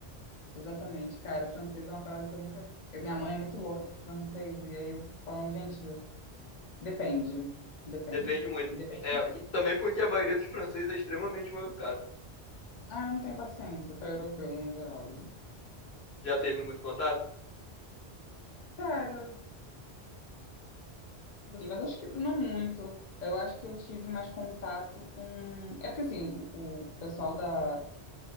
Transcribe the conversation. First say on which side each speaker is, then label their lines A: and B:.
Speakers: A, on the left; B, on the left.
A: exatamente, cara. Francês é uma parada que eu nunca. eu- Minha mãe é muito louca por francês, e aí eu fico falando, gente, depende. Depende.
B: Depende muito.
A: E depende.
B: É, também porque a maioria dos franceses é extremamente mal educado.
A: Ah, eu não tenho paciência para europeu no geral.
B: Já teve muito contato?
A: Cara, assim, mas acho que não muito. Eu acho que eu tive mais contato com. É porque assim, o, o pessoal da